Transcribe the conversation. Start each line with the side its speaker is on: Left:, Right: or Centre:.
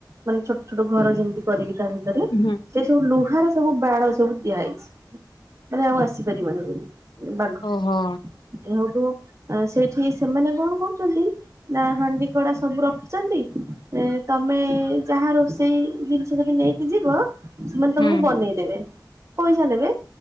Right: ମାନେ ଛୋଟ ଛୋଟ ଘର ଯେମିତି କରିକି ତା ଭିତରେ
Left: ହୁଁ।
Right: ସେ ସବୁ ଲୁହାର ସବୁ ବାଡ ସବୁ ଦିଆହେଇଛି, ତାରେ ଆଉ ଆସିପାରିବନି ବୋଲି। ବାଘ।
Left: ଓହୋ
Right: ଏ ହଉଠୁ, ସେଇଠି ସେମାନେ କଣ କରୁଚନ୍ତି, ନା ହାଣ୍ଡି କଡା ସବୁ ରଖି ଚନ୍ତି, ଇଁ ତମେ ଯାହା ରୋଷେଇ ଜିନିଷ ଯଦି ନେଇକି ଯିବ ସେମାନେ ତମକୁ
Left: ହୁଁ
Right: ବନେଇଦେବେ। ପଇସା ନେବେ,